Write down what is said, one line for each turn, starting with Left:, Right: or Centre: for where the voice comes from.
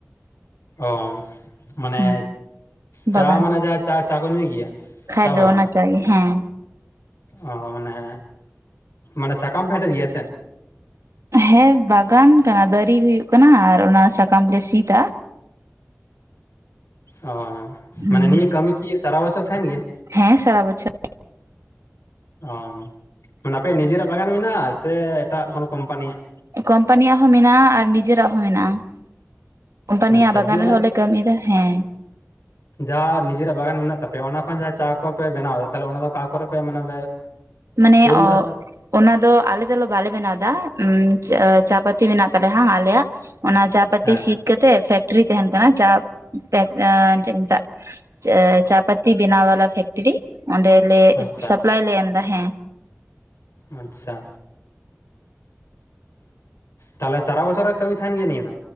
Left: ᱚ ᱢᱟᱱᱮ
Right: ᱦᱩᱸ
Left: ᱪᱟ
Right: ᱵᱟᱜᱟᱱ
Left: ᱢᱟᱱᱮ ᱡᱟᱦᱟᱸ ᱪᱟ-ᱪᱟ ᱠᱚ ᱧᱩᱭ ᱜᱮᱭᱟ᱾
Right: ᱠᱷᱟᱡ
Left: ᱪᱟ
Right: ᱫᱚ
Left: ᱵᱟᱜᱟᱱ
Right: ᱚᱱᱟ ᱪᱟ ᱜᱮ ᱦᱮᱸ
Left: ᱚ ᱢᱟᱱᱮ-ᱢᱟᱱᱮ ᱥᱟᱠᱟᱢ ᱯᱮ ᱦᱮᱴᱮᱡ ᱜᱮᱭᱟ ᱥᱮ
Right: ᱦᱮᱸ ᱵᱟᱜᱟᱱ ᱠᱟᱱᱟ ᱫᱟᱨᱟ-ᱫᱟᱹᱨᱤ ᱦᱩᱭᱩᱜ ᱠᱟᱱᱟ ᱟᱨ ᱚᱱᱟ ᱥᱟᱠᱟᱢᱞᱮ ᱥᱤᱫᱟ
Left: ᱚ
Right: ᱦᱩᱸ
Left: ᱢᱟᱱᱮ ᱱᱤᱭᱟᱹ ᱠᱟᱹᱢᱤ ᱠᱤ ᱥᱟᱨᱟ ᱵᱚᱪᱷᱚ ᱛᱟᱦᱮᱱ ᱜᱮᱭᱟ?
Right: ᱦᱮᱸ ᱥᱟᱨᱟ ᱵᱚᱪᱷᱚ
Left: ᱚ ᱢᱟᱱᱮ ᱟᱯᱮᱭᱟᱜ ᱱᱤᱡᱮᱨᱟᱜ ᱵᱟᱜᱟᱱ ᱢᱮᱱᱟᱜᱼᱟ ᱥᱮ ᱮᱴᱟᱜ ᱠᱳᱱᱳ ᱠᱳᱢᱯᱟᱱᱤᱭᱟᱜ?
Right: ᱠᱚᱳᱢᱯᱟᱱᱤᱭᱟᱜ ᱦᱚᱸ ᱢᱮᱱᱟᱜᱼᱟ ᱟᱨ ᱱᱤᱡᱮᱨᱟᱜ ᱦᱚᱸ ᱢᱮᱱᱟᱜᱼᱟ ᱾ ᱠᱳᱢᱯᱟᱱᱤᱭᱟᱜ
Left: ᱟᱪᱪᱷᱟ
Right: ᱵᱟᱜᱟᱱ
Left: ᱫᱤᱭᱮ
Right: ᱨᱮᱦᱚᱸ
Left: ᱚᱱᱟ
Right: ᱞᱮ ᱠᱟᱹᱢᱤᱭᱮᱫᱟ ᱦᱮᱸ᱾
Left: ᱡᱟᱦᱟᱸ ᱱᱤᱡᱮᱨᱟᱜ ᱵᱟᱜᱟᱱ ᱢᱮᱱᱟᱜ ᱛᱟᱯᱮᱭᱟ ᱚᱱᱟ ᱠᱷᱚᱱ ᱡᱟ ᱪᱟ ᱠᱚᱯᱮ ᱵᱮᱱᱟᱣ ᱫᱟ ᱛᱟᱦᱚᱞᱮ ᱚᱱᱟ ᱫᱚ ᱟᱠᱟ ᱠᱚᱨᱮ ᱯᱮ ᱢᱟᱱᱮ ᱯᱮ
Right: ᱢᱟᱱᱮ
Left: ᱠᱳᱞ
Right: ᱚ,
Left: ᱫᱟ
Right: ᱚᱱᱟ ᱫᱚ ᱟᱞᱮ ᱫᱚᱞᱮ ᱵᱟᱞᱮ ᱵᱮᱱᱟᱣ ᱫᱟ ᱩᱸᱢ ᱪᱟ ᱯᱟᱹᱛᱤ ᱢᱮᱱᱟᱜ ᱛᱟᱞᱮᱭᱟ ᱦᱟᱸᱜ ᱟᱞᱮᱭᱟᱜ᱾ ᱚᱱᱟ ᱪᱟ ᱯᱟᱹᱛᱤ
Left: ᱦᱮᱸ
Right: ᱥᱤᱫ ᱠᱟᱛᱮᱜ ᱯᱷᱮᱠᱴᱨᱤ ᱛᱟᱦᱮᱱ ᱠᱟᱱᱟ ᱪᱟ ᱯᱮᱠ ᱪᱮᱜ ᱠᱚ ᱢᱮᱛᱟᱜ ᱪᱟ ᱪᱟ ᱯᱟᱛᱤ ᱵᱮᱱᱟᱣ ᱵᱟᱞᱟ ᱯᱷᱮᱠᱴᱨᱤ ᱚᱸᱰᱮᱞᱮ
Left: ᱟᱪᱪᱷᱟ
Right: ᱥᱟᱯᱞᱟᱭ ᱞᱮ ᱮᱢᱫᱟ ᱦᱮᱸ᱾
Left: ᱟᱪᱪᱷᱟ, ᱛᱟᱦᱚᱞᱮ ᱥᱟᱨᱟ ᱵᱚᱪᱷᱚᱨ ᱨᱮ ᱠᱟᱹᱢᱤ ᱛᱟᱦᱮᱱ ᱜᱮᱭᱟ ᱱᱤᱭᱟᱹ ᱫᱚ?